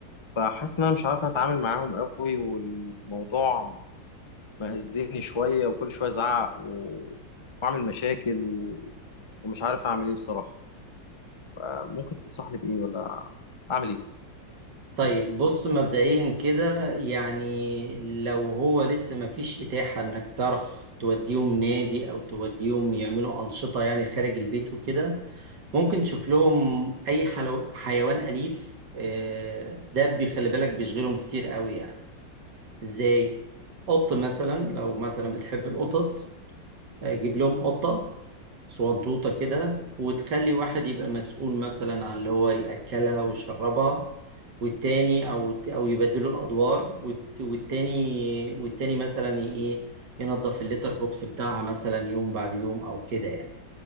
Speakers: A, on the left; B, on the right.
A: فحاسس إن أنا مش عارف أتعامل معاهم قوي والموضوع مأذيني شوية وكل شوية أزعق و- وأعمل مشاكل و... ومش عارف أعمل إيه بصراحة آه، ممكن تنصحني بإيه ولا أعمل إيه؟
B: طيب بص مبدئيا كده يعني لو هو لسه مفيش إتاحة إنك تعرف توديهم نادي أو توديهم يعملوا أنشطة يعني خارج البيت وكده ممكن تشوف لهم أي حلو... حيوان أليف آه، دبي خلي بالك بيشغلهم كتير قوي يعني إزاي؟ قط مثلا لو مثلا بتحب القطط آه، جيب لهم قطة صندوطة كده وتخلي واحد يبقى مسؤول مثلا عن اللي هو يأكلها ويشربها والتاني أو أو يبدلوا الأدوار والت- والتاني والتاني مثلا ي- إيه ينظف الليتر بوكس بتاعها مثلا يوم بعد يوم أو كده يعني